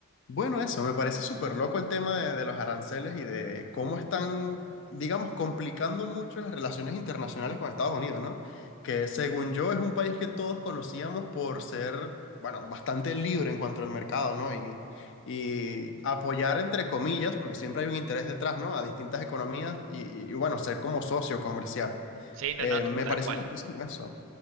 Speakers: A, on the left (about 55°); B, on the right (about 65°).
A: Bueno, eso, me parece súper loco el tema de, de los aranceles y de cómo están, digamos, complicando mucho las relaciones internacionales con Estados Unidos, ¿no? Que según yo es un país que todos conocíamos por ser, bueno, bastante libre en cuanto al mercado, ¿no? Y, y apoyar, entre comillas, porque siempre hay un interés detrás, ¿no? A distintas economías y, y, bueno, ser como socio comercial.
B: Sí, no,
A: Eh,
B: no,
A: me
B: tal
A: parece
B: cual.
A: loquísimo eso.